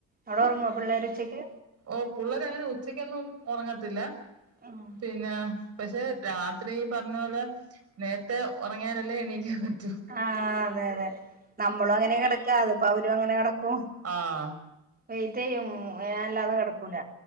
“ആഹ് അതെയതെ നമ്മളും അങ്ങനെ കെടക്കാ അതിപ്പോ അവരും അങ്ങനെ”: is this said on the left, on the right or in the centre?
Right